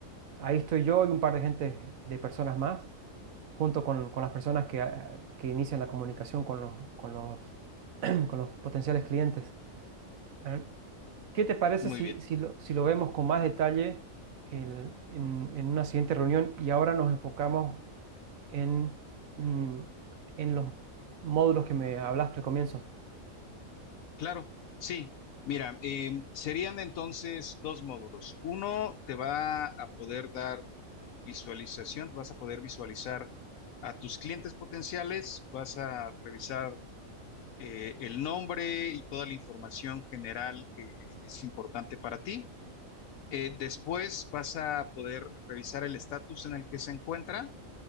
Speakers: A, on the right; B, on the left.
A: Ahí estoy yo y un par de gente, de personas más, junto con, con las personas que, ah, que inician la comunicación con los, con los, <clears throat> con los potenciales clientes. Ah, ¿Qué te parece
B: Muy
A: si,
B: bien.
A: si lo, si lo vemos con más detalle el- en, en una siguiente reunión y ahora nos enfocamos en, mm, en los módulos que me hablaste al comienzo?
B: Claro, sí. Mira, em, serían entonces dos módulos. Uno te va a poder dar visualización, vas a poder visualizar a tus clientes potenciales, vas a revisar eh, el nombre y toda la información general que es importante para ti. Eh, después vas a poder revisar el estatus en el que se encuentra